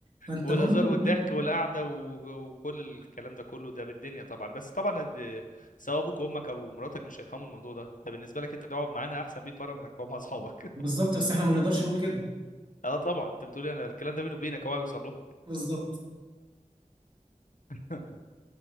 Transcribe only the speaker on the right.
فانت
برضو
بالظبط بس احنا ما نقدرش نقول كده
بالظبط